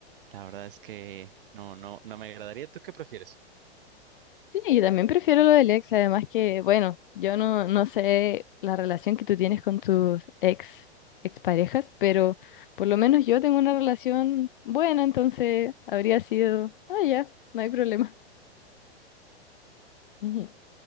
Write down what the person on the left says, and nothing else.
Sí, yo también prefiero lo del ex, además que, bueno, yo no, no sé la relación que tú tienes con tus ex, exparejas, pero por lo menos yo tengo una relación buena, entonces habría sido, ah, ya, no hay problema. Ujú.